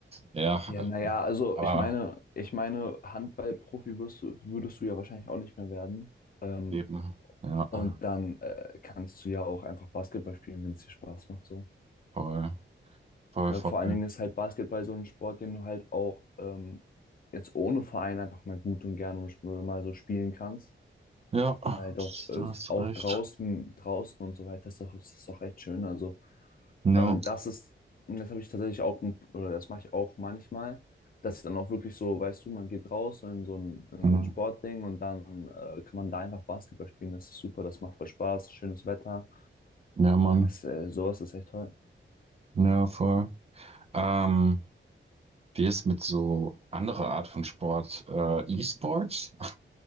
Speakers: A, on the right; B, on the left.
A: ja,
B: Ja,
A: äh,
B: naja, also
A: aber
B: ich meine, ich meine, Handballprofi wirst du, würdest du ja wahrscheinlich auch nicht mehr werden. Ähm,
A: eben, ja,
B: und dann äh, kannst du ja auch einfach Basketball spielen, wenn es dir Spaß macht, so.
A: voll, voll,
B: Ja,
A: voll.
B: vor allen Dingen ist halt Basketball so ein Sport, den du halt auch ähm, jetzt ohne Verein einfach mal gut und gerne und mal so spielen kannst.
A: Ja,
B: Weil doch,
A: das,
B: äh,
A: du hast
B: auch
A: recht.
B: draußen, draußen und so weiter ist doch, ist doch echt schön. Also,
A: Ja,
B: äh, das ist, das habe ich tatsächlich auch, oder das mache ich auch manchmal, dass ich dann auch wirklich so, weißt du, man geht raus in so ein, in
A: hm,
B: so ein Sportding und dann äh, kann man da einfach Basketball spielen. Das ist super, das macht voll Spaß, schönes Wetter.
A: ja, Mann.
B: Das, äh, sowas ist echt toll.
A: Ja, voll. Ähm, wie ist mit so anderer Art von Sport? Äh, E-Sports?